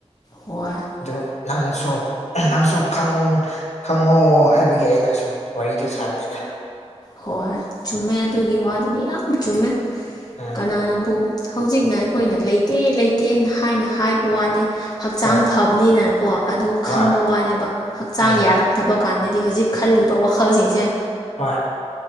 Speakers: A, on the left; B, on the left.
A: ꯍꯣꯏ
B: ꯑꯗꯣ ꯅꯪꯁꯨꯣ ꯅꯪ ꯁ ꯈ ꯈꯪꯉꯣ ꯍꯥꯏꯕꯒꯤ ꯑꯩꯅ ꯑꯁꯨꯝ ꯋꯥꯔꯤꯗꫭ ꯁꯥꯕꯅꯦꯗ
A: ꯍꯣꯏ ꯆꯨꯝꯃꯦ ꯑꯗꯨꯒꯤ ꯋꯥꯗꯨꯗꯤ ꯌꯥꯝ ꯆꯨꯝꯃꯦ
B: ꯎꯝ
A: ꯀꯅꯥꯅꯕꯨ ꯍꯧꯖꯤꯛꯅ ꯑꯩꯈꯣꯏꯅ ꯂꯩꯇꯦ ꯂꯩꯇꯦꯅ ꯍꯥꯏꯅ ꯍꯥꯏꯕ ꯋꯥꯅꯦ ꯍꯛꯆꯥꯡ
B: ꯍꯣꯏ
A: ꯐꯕꯅꯤꯅꯀꯣ ꯑꯗꯨ
B: ꯍꯣꯏ
A: ꯈꯟꯕ ꯋꯥꯅꯦꯕ ꯍꯛꯆꯥꯡ
B: ꯎꯝ
A: ꯌꯥꯔꯛ ꯇꯕ ꯀꯥꯟꯗꯗꯤ ꯍꯧꯖꯤꯛ ꯈꯜꯂꯤꯕ ꯋꯥꯈꯜꯁꯤꯡꯁꯦ
B: ꯍꯣꯏ